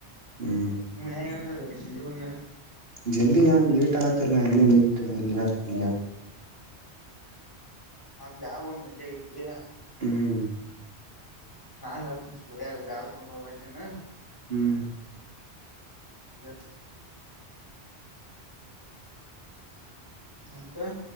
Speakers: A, on the right; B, on the left.
A: ಹ್ಮ್
B: ನಿಮ್ ಹೆಂಗೇಏನಂದ್ರೆ ಜಲ್ಲಿಿ ಬಂದ
A: ಜಲ್ದಿ ನಾವ ಲೇಟ್ ಆಗತ್ತಲ್ಲ ಅಲ್ಲೇ ನಿ ಕಲಿಯ
B: ಹ ನಮ್ದ ಯಾವ ಒಂದ್ ಹಳ್ಳಿ ಐತಿಾ
A: ಹ್ಮ್
B: ನಾ ಹೇಳ್ ಸುರ್ಯ ಬ್ಯಾಗ ತೊಂಬ ಬನ್ನನು
A: ಹ್ಮ್
B: ಹ ಮತ್ತ